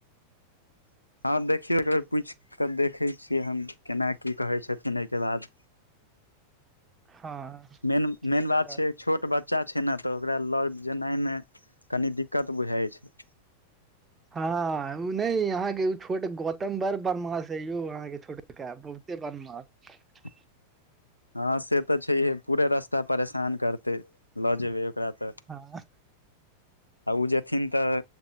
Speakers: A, on the left (about 85°); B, on the right (about 15°).
A: <inaudible> हँ देखियौ एक बेर पूछि कऽ देखै छियै हम केना की कहै छथिन ऐके बाद
B: हँ
A: मेन
B: ठीक
A: मेन बात
B: रहत
A: छै छोट बच्चा बच्चा छै ने तऽ ओकरा लअ जेनाइ मे कनि दिक्कत बुझाइ छै
B: हँ इ नैइ इ अहाँके छोट गौतम बर बदमाश ऐय यौ अहाँके छोट
A: <inaudible>
B: <inaudible>
A: हँ से तऽ छैहे पूरे रास्ता परेशान करतै लऽ जेबै ओकरा तऽ
B: हँ
A: <inaudible> आ ओ जेथिन तऽ